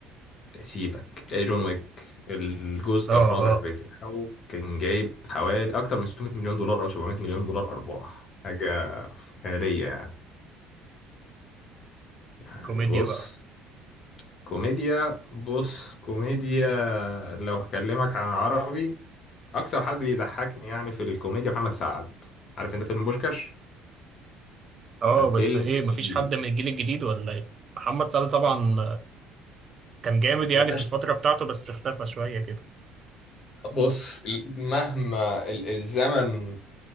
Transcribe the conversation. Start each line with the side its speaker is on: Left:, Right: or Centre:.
Left: سيبك إيه جون ويك الجزء
Right: أه
Left: الرابع
Right: أه
Left: بتاعه كان جايب حوالي اكتر من 600 مليون دولار او 700 مليون دولار ارباح حاجه خياليه يعني يعني
Right: كوميديا
Left: بص
Right: بقى
Left: كوميديا بص كوميديا لو هكلمك عن العربي اكتر حد بيضحكني يعني في الكوميديا محمد سعد عارف انت فيلم بوشكاش
Right: أه
Left: الفيلم
Right: بس إيه
Left: ال...
Right: مفيش حد من الجيل الجديد ولا إيه؟ محمد سعد طبعا كان جامد يعني
Left: يا باشا
Right: في الفترة بتاعته بس اختفى شوية كده
Left: بص مهما ال- الزمن